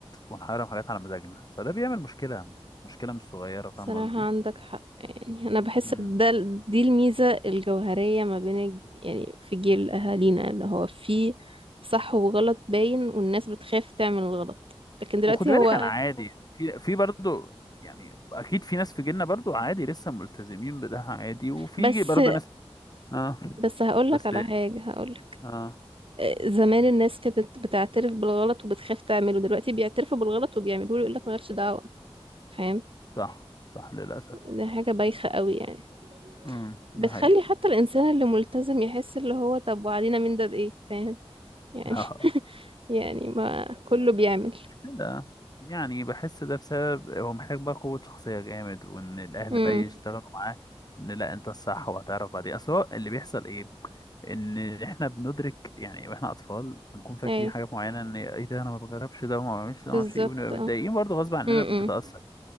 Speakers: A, on the left; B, on the right.
A: ونحرم حاجات على مزاجنا فده بيعمل مشكلة مشكلة مش صغيرة فاهم
B: صراحة
A: قصدي؟
B: عندك حق يعني أنا بحس
A: مم.
B: ده دي الميزة الجوهرية ما بين الج- يعني في جيل أهالينا اللي هو فيه صح وغلط باين والناس بتخاف تعمل الغلط لكن دلوقتي
A: وخد بالك
B: هو
A: انا عادي يعني في في برضه يعني اكيد في ناس في جيلنا برضه عادي لسه ملتزمين بده عادي وفي
B: بس
A: برضه ناس اه
B: بس هقولك
A: بس
B: على حاجة هقولك
A: اه
B: آه، زمان الناس كانت بتعترف بالغلط وبتخاف تعمله دلوقتي بيعترفوا بالغلط وبيعملوه يقولك مالكش دعوة فاهم
A: صح صح للأسف
B: دي حاجة بايخة قوي يعني
A: مم.
B: بتخلي
A: دي حقيقة
B: حتى الإنسان اللي ملتزم يحس اللي هو طب وعلينا من ده بإيه فاهم يعني
A: <laughs>
B: <laughs> يعني ما كله بيعمل
A: لا يعني بحس ده بسبب هو محتاج بقى قوة شخصية جامد وإن الأهل
B: امم
A: بقى يشتغلوا معاه إن لا أنت الصح وهتعرف بعدين أصل هو اللي بيحصل إيه إن إحنا بندرك يعني وإحنا أطفال بنكون فاكرين
B: ايوه
A: حاجات معينة إن إيه ده أنا ما بجربش ده وما بعملش ده
B: بالظبط
A: وما أعرفش إيه وبنبقى متضايقين
B: اه
A: برضه غصب عننا
B: امم
A: بنتأثر